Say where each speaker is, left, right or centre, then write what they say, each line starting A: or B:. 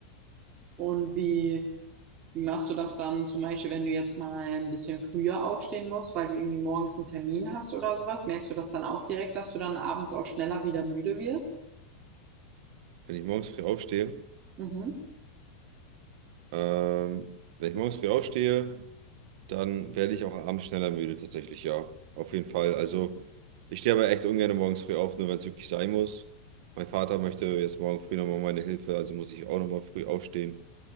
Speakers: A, on the right (about 25°); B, on the right (about 45°).
A: Und wie. Wie machst du das dann zum Beispiel, wenn du jetzt mal ein bisschen früher aufstehen musst, weil du irgendwie morgens einen Termin hast oder sowas? Merkst du das dann auch direkt, dass du dann abends auch schneller wieder müde wirst?
B: Wenn ich morgens früh aufstehe,
A: Mhm.
B: ähm, wenn ich morgens früh aufstehe, Dann werde ich auch abends schneller müde, tatsächlich, ja. Auf jeden Fall. Also, ich stehe aber echt ungern morgens früh auf, nur wenn es wirklich sein muss. Mein Vater möchte jetzt morgen früh nochmal meine Hilfe, also muss ich auch nochmal früh aufstehen